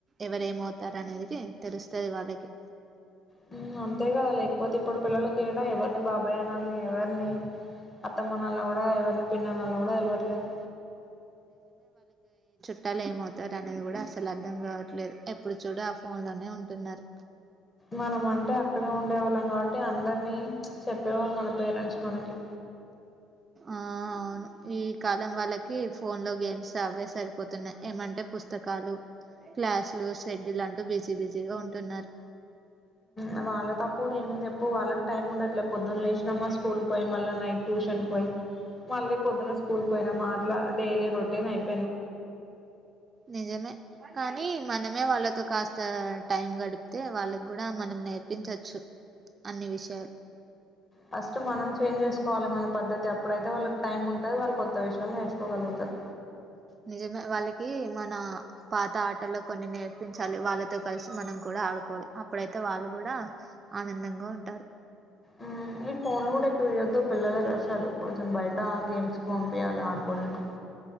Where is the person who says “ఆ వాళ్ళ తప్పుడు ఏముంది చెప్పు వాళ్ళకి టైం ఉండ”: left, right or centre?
Left